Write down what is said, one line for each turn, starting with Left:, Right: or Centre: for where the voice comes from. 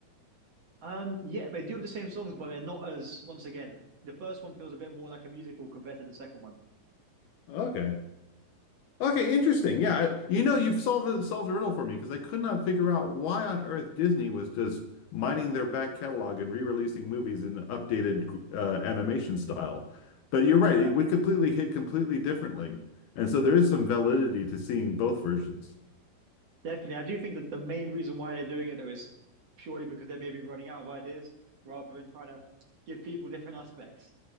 Right: Um, yeah, they do have the same songs, but they're not as once again. The first one feels a bit more like a musical compared to the second one.
Left: Okay. Okay, interesting. Yeah, I- you know, you've solved solved the riddle for me because I could not figure out why on earth Disney was just mining their back catalog and re-releasing movies in updated uh, animation style. But you're right;
Right: Yeah,
Left: it would completely hit completely differently, and so there is some validity to seeing both versions.
Right: definitely. I do think that the main reason why they're doing it though is purely because they may be running out of ideas rather than trying to give people different aspects.